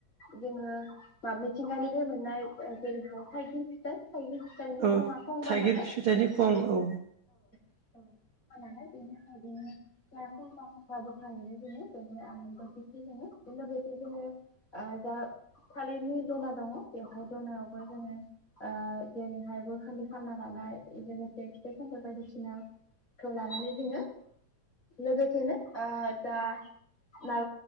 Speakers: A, on the left (about 25°); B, on the right (about 50°).
A: जोङो मिथिंगानिफ्राय मोननाय जेरैहाय थाइगिर फिथाय। थाइगिर फिथाइनि
B: औ
A: खङा खंबा
B: थाइगिर
A: नालाय।
B: फिथाइनि खं
A: बे
B: औ।
A: औ हानानै बेनि थाखाय बेनि खंफा खंफा बोखारनानै जोङो बेवहाय आलारि बाथि फोजोङो। बेनि उनाव बेखौ जोङो ओ दा थालिरनि दना दङ बेवहाय दनायावबो जोङो ओ जेरैहाय गइयखान्दि खालामना लानाय लोगोसे फिथाइ सामथाइ बायदिसिनाखौ लानानै जोङो लोगोसेनो ओ जा ना